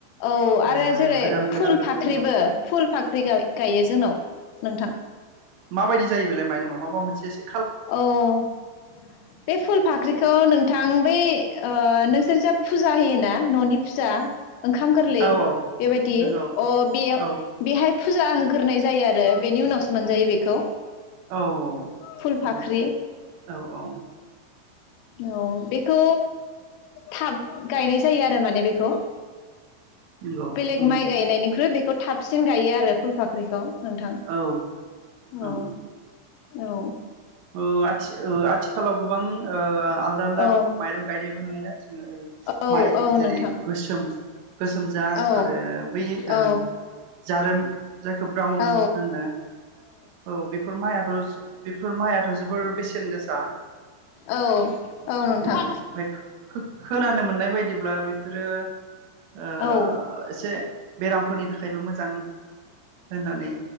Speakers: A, on the left (about 85°); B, on the right (about 80°).
A: औ
B: ओ
A: आरो जेरै
B: गोदान गोदान
A: फुल
B: रोखोमनि
A: फाख्रिबो फुल फाख्रि गा गायो जोंनाव। नोंथां।
B: माबादि जायो बेलाय माइरङा माबा मोनसे से
A: अह बे फुल फाख्रिखौ नोंथां बै ओ नोंसोर जा फुजा होयोना ननि फुजा ओंखाम गोरलै
B: औ औ
A: बेबायदि
B: नंगौ
A: अ बेयाव
B: औ
A: बेहाय फुजा होग्रोनाय जायो आरो बेनि उनावसो मोनजायो बेखौ।
B: औ औ
A: फुल
B: नों
A: फाख्रि
B: गौ औ औ
A: औ बेखौ थाब गायनाय जायो आरो माने बेखौ
B: नंगौ
A: बेलेग
B: उम
A: माइ गायनायनिख्रुइ बेखौ थाबस सिन गायो आरो फुल फाख्रिखौ नोंथां
B: औ ओं
A: औ औ
B: ओ आथि-आथिखालाव गोबां ओ आल लदा आलदा
A: औ
B: माइरं गायनायबो नुया जोङो ओइ
A: औ
B: माइ
A: औ
B: जेरै
A: नोंथां
B: गोसोम <inaudible> गोसोमजाद
A: औ
B: आरो बै ओ‌
A: औ
B: जारोम जायखौ ब्राउन
A: औ
B: होनो औ बेफोर माइआथ' माइआथ' जोबोर बेसेन गोसा
A: औ नोंथां
B: औ ओमफ्राय खो खोनानो मोननाय बायदिब्ला बेफोरो ओ
A: औ
B: एसे बेरामफोरनि थाखायबो मोजां होननानै